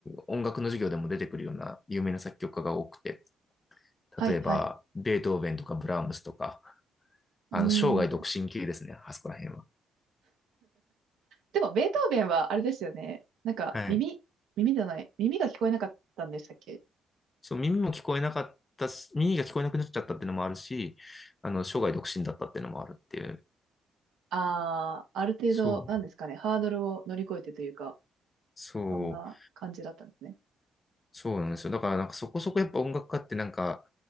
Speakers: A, on the left (about 25°); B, on the right (about 80°).
A: 音楽の授業でも出てくるような有名な作曲家が多くて、
B: はい、
A: 例えばベートーベンとかブラームスとか、
B: はい。
A: あの生涯独身級ですね、
B: うん。
A: あそこら辺は。
B: でも、ベートーベンはあれですよね。なんか、
A: はい。
B: 耳、耳じゃない。耳が聞こえなかったんでしたっけ
A: そう、耳も聞こえなかったし、耳が聞こえなくなっちゃったっていうのもあるし、あの、生涯独身だったっていうのもあるっていう。
B: ああー、ある程度、
A: そう、
B: なんですかね。ハードルを乗り越えてというか、
A: そう、
B: そんな感じだったんですね。
A: そうなんですよ。だからなんかそこそこやっぱ音楽家ってなんか、